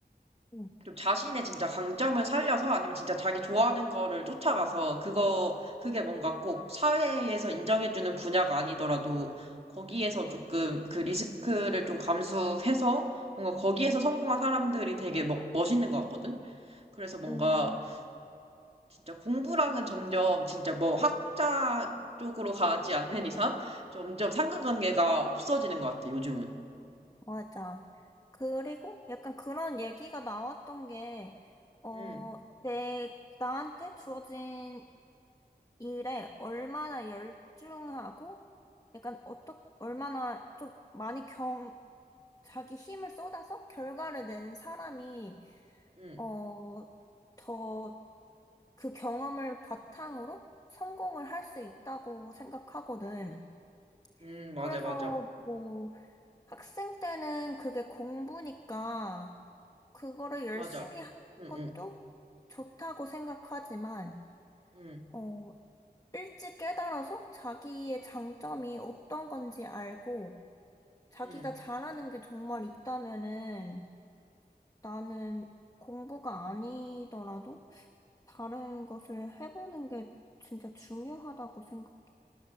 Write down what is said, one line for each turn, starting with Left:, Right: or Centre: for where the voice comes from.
Left: 응,
Right: 좀 자신의 진짜 강점을 살려서 아니면 진짜 자기 좋아하는 거를 쫓아가서 그거, 그게 뭔가 꼭 사회에서 인정해주는 분야가 아니더라도 거기에서 조금 그 리스크를 좀 감수해서 뭔가 거기에서 성공한 사람들이 되게 멋, 멋있는 것 같거든? 그래서 뭔가
Left: 음,
Right: 진짜 공부랑은 점점 진짜 뭐 학자 쪽으로 가지 않는 이상 점점 상관관계가 없어지는 것 같아, 요즘은.
Left: 맞아. 그리고 약간 그런 얘기가 나왔던 게, 어,
Right: 응,
Left: 내, 나한테 주어진 일에 얼마나 열중하고, 약간 어떻 얼마나 좀 많이 경... 자기 힘을 쏟아서 결과를 낸 사람이,
Right: 응,
Left: 어, 더 그 경험을 바탕으로 성공을 할 수 있다고 생각하거든.
Right: 응, 맞아,
Left: 그래서
Right: 맞아,
Left: 뭐 학생 때는 그게 공부니까 그거를 열심히
Right: 맞아.
Left: 하는
Right: 응,
Left: 것도
Right: 응,
Left: 좋다고 생각하지만,
Right: 응,
Left: 어, 일찍 깨달아서 자기의 장점이 어떤 건지 알고 자기가
Right: 응.
Left: 잘하는 게 정말 있다면은 나는 공부가 아니더라도 다른 것을 해보는 게 진짜 중요하다고 생각해.